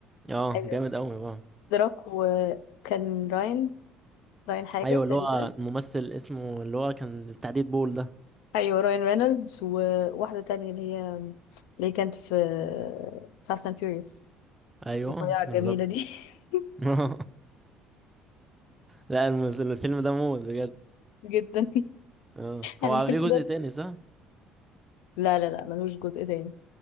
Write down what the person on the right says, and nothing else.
اه
جامد قوي بقى
ايوه اللي
هو الممثل اسمه اللي هو كان بتاع ديد بول ده
ايوه
بالظبط
<laughs> لا المس- الفيلم ده موت بجد
اه
هو عامل
ليه جزء
تاني صح؟